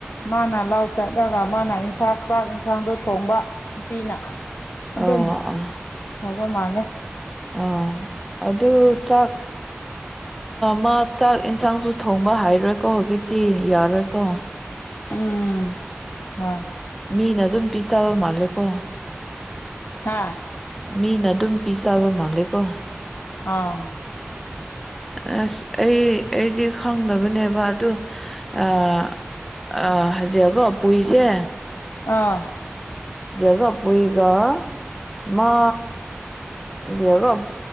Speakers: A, on the left; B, in the centre.
A: ꯃꯥꯅ ꯂꯥꯎ ꯆꯠꯂꯒ ꯃꯥꯅ ꯏꯟꯁꯥꯡ ꯆꯥꯛ ꯏꯟꯁꯥꯡꯗꯣ ꯊꯣꯡꯕ ꯅꯨꯄꯤꯅ ꯑꯗꯨꯝ
B: ꯑꯥ ꯑꯥ
A: ꯇꯧꯕ ꯃꯥꯜꯂꯦ
B: ꯑꯥ ꯑꯗꯨ ꯆꯥꯛ ꯃꯥ ꯆꯥꯛ ꯏꯟꯁꯥꯡꯁꯨ ꯊꯣꯡꯕ ꯍꯩꯔꯣꯏꯀꯣ ꯍꯧꯖꯤꯛꯇꯤ ꯌꯥꯔꯣꯏꯀꯣ
A: ꯎꯝ ꯍꯣꯏ
B: ꯃꯤꯅꯥ ꯑꯗꯨꯝ ꯄꯤꯖꯕ ꯃꯥꯜꯂꯦꯀꯣ
A: ꯍꯥꯥ
B: ꯃꯤꯅ ꯑꯗꯨꯝ ꯄꯤꯖꯕ ꯃꯥꯜꯂꯦꯀꯣ
A: ꯑꯥ
B: <inaudible> ꯑꯁ ꯑꯩ ꯑꯩꯗꯤ ꯈꯪꯗꯕꯅꯦꯕ ꯑꯗꯨ ꯑꯥ ꯑꯥ ꯍꯖꯤꯑꯀꯣ ꯄꯨꯏꯁꯦ
A: ꯑꯥ
B: ꯖꯦꯒꯥ ꯄꯨꯏꯒ ꯃꯥ ꯍꯧꯖꯤꯛ ꯍꯧꯒꯥꯞ